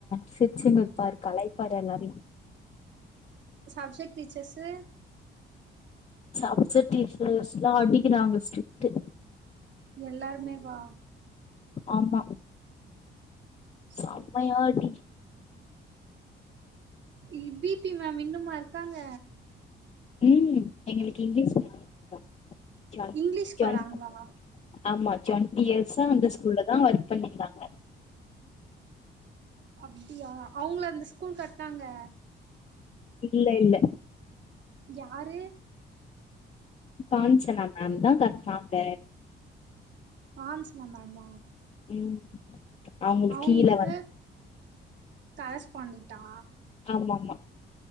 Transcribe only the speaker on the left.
சிர்ச்சுன் இருப்பாரு கலாய்ப்பாரு எல்லாரையு
சப்ஜெக்ட் டீச்சர்ஸ்லா அடிக்கிறாங்க ஸ்ட்ரிக்ட்டு
ஆமா
செம்மையா அடி
ம் எங்களுக்கு இங்லீஷ் <inaudible> ஜாலி
ஜாலிதா
ஆமா டுவண்ட்டி இயர்ஸா அந்த ஸ்கூல்லதா ஒர்க் பண்ணிந்தாங்க
இல்ல இல்ல
காஞ்சனா மேம்தா கட்னாங்க
ம் அவங்களுக்கு
கீழ வந்து
ஆமா ஆமா